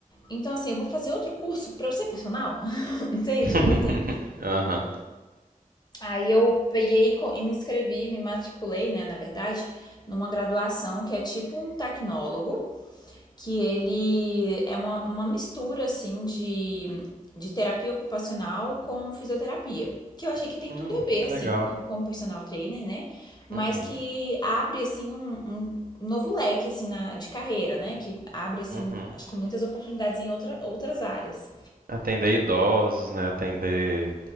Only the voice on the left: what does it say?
Então assim, eu vou fazer outro curso pra eu ser personal? <laughs> Entende?
Tipo assim.
Aí eu peguei e me inscrevi, me matriculei, né, na verdade, numa graduação que é tipo um tecnólogo. que ele é uma, uma mistura, assim, de, de terapia ocupacional com fisioterapia. Que eu achei que tem
tudo a ver,
assim,
com, com personal trainer, né? Mas
que abre, assim, um, um novo leque, assim, na, de carreira, né? Que abre, assim,
acho que muitas oportunidades em outra, outras áreas.